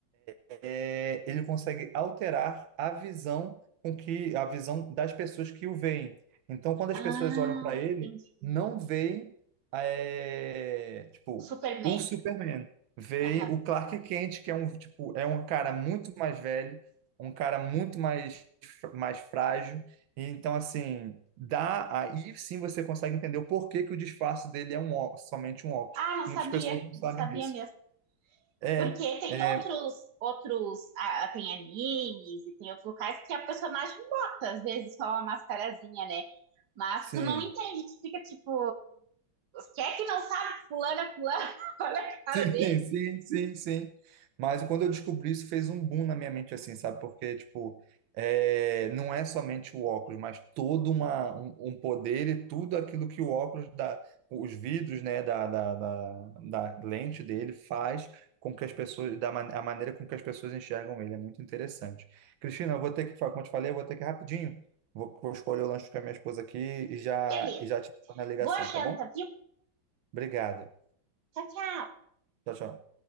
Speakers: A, on the right; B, on the right.
A: é, ele consegue alterar a visão com que a visão das pessoas que o veem. Então, quando as
B: ah
A: pessoas olham para ele,
B: entendi.
A: não veem é, tipo
B: Superman.
A: o Superman, veem
B: Aham.
A: o Clark Kent, que é um tipo é um cara muito mais velho, um cara muito mais fr- mais frágil. Então, assim, dá aí sim você consegue entender o porquê que o disfarce dele é um ó- somente um óculos.
B: Ah, não sabia,
A: Muitas pessoas não
B: não
A: sabem
B: sabia
A: disso.
B: mesmo.
A: É,
B: Porque tem
A: é,
B: outros, outros, ah, tem animes e tem outros locais que a personagem bota, às vezes, só uma mascarazinha, né? Mas
A: sim.
B: tu não entende, tu fica tipo, quem é que não sabe que fulano é fulano? <laughs> Olha a cara
A: Sim,
B: dele.
A: sim, sim, sim. Mas quando eu descobri isso, fez um boom na minha mente, assim, sabe? Porque, tipo, é, não é somente o óculos, mas todo uma, um, um poder e tudo aquilo que o óculos dá, os vidros, né, da, da, da, da lente dele faz com que as pessoas, da man- a maneira com que as pessoas enxergam ele. É muito interessante. Cristina, eu vou ter que, como eu te falei, eu vou ter que ir rapidinho. Vou, vou escolher o lanche com a minha esposa aqui e já,
B: Beleza.
A: e já te dou na ligação,
B: Boa janta,
A: tá bom?
B: viu?
A: Obrigado.
B: Tchau, tchau.
A: Tchau, tchau.